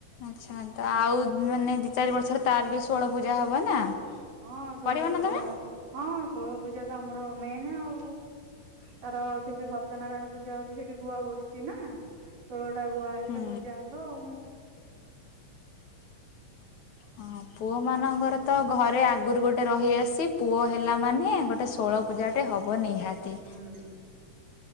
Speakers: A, on the left; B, on the right.
A: ଆଚ୍ଛା ତ ଆଉ ମାନେ ଦି ଚାରି ବର୍ଷରେ ତାର ବି ଷୋଳ ପୂଜା ହବ ନା?
B: ହଁ ଷୋଳ
A: କରିବ
B: ପୂଜା
A: ନା ତମେ?
B: ହବ ହଁ ଷୋଳ ପୂଜା ତ ଆମର ମେନ୍ ଆଉ ତାର ସେ ଯୋଉ ସତ୍ୟନାରାୟଣ ପୂଜା ହଉଛି ସେଠି ଗୁଆ ବସିଛି ନା? ଷୋଳଟା ଗୁଆ ହେଲେ
A: ହୁଁ
B: ପୂଜା ହବ ଆଉ
A: ହଁ। ପୁଅ ମାନଙ୍କର ତ ଘରେ ଆଗରୁ ଗୋଟେ ରହିଆସିଛି ପୁଅ ହେଲା ମାନେ ଗୋଟେ ଷୋଳପୁଜା ଟେ ହବ ନିହାତି।
B: ହୁଁ।